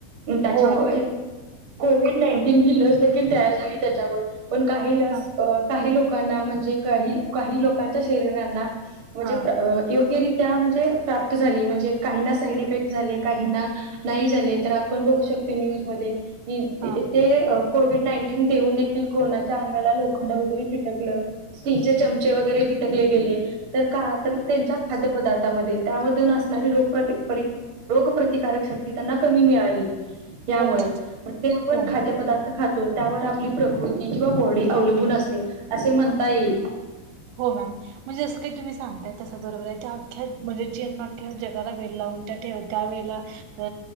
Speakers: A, on the right (about 70°); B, on the right (about 85°).
A: त्याच्यामुळे
B: हो
A: कोविड नाईन्टीन ही लस देखील तयार झाली. त्याच्यावर पण काही लस
B: ह
A: काही लोक लोकांना म्हणजे काही काही लोकांच्या शरीरांना म्हणजे
B: हा
A: य यो- -ग्यरित्या म्हणजे प्राप्त झाली म्हणजे काही साईड इफेक्ट झाले काहीना नाही झाले तर आपण बघू शकतो न्यूजमध्ये की
B: हा
A: ते अ कोविड नाईन्टीन देऊन देखील कोणाच्या अंगाला लोखंड वगैरे चिटकलं स्टीलचे चमचे वगैरे चिटकले गेले तर का तर त्यांच्या खाद्यपदार्थामध्ये त्यामधून असणारी रोगत रोगप्रतिकारक शक्ती त्यांना कमी मिळाली. त्यामुळे
B: हो मॅम
A: ते आपण
B: हो
A: खाद्यपदार्थ
B: मॅम
A: खा- -तो त्यावर आपली प्रकृती किंवा बॉडी अवलंबून असते असे म्हणता येईल.
B: हो मॅम म्हणजे जसं काही तुम्ही सांगताय तस बरोबर आहे. त्या अख्या म्हणजे ज्यानं अख्या जगाला वेळ लावून ठेवलं त्या वेळेला अ